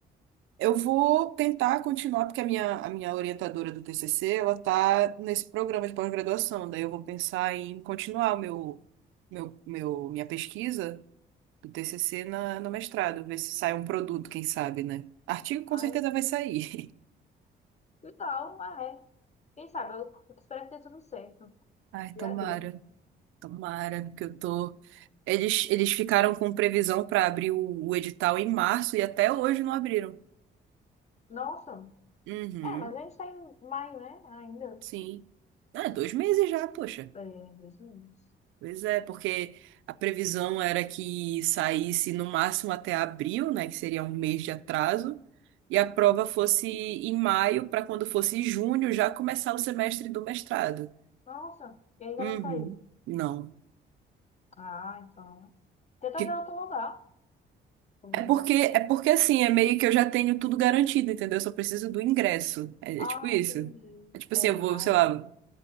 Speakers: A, on the right; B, on the left.
A: Eu vou tentar continuar, porque a minha, a minha orientadora do TCC, ela tá nesse programa de pós-graduação, daí eu vou pensar em continuar o meu, meu, meu, minha pesquisa do TCC na, no mestrado, ver se sai um produto, quem sabe, né? Artigo com
B: Ai,
A: certeza vai sair.
B: legal, mas é. Quem sabe, eu eu espero que dê tudo certo.
A: <laughs> Ai,
B: Já
A: tomara,
B: deu.
A: tomara, porque eu tô... Eles, eles ficaram com previsão para abrir o, o edital em março e até hoje não abriram.
B: Nossa.
A: Uhum,
B: É, mas a gente tá em maio, né? Ainda.
A: sim. Ah, dois meses já, poxa.
B: É, dois meses.
A: Pois é, porque a previsão era que saísse no máximo até abril, né, que seria um mês de atraso, e a prova fosse em maio, para quando fosse junho já começar o semestre do mestrado.
B: Nossa, e ainda
A: Uhum.
B: não saiu.
A: Não.
B: Ah, então. Tenta
A: Que-
B: ver outro lugar. Não
A: É porque,
B: dá.
A: é porque assim, é meio que eu já tenho tudo garantido, entendeu? Eu só preciso do ingresso. É,
B: Ah,
A: é tipo isso.
B: entendi.
A: É tipo
B: É,
A: assim,
B: ah,
A: eu vou, sei lá.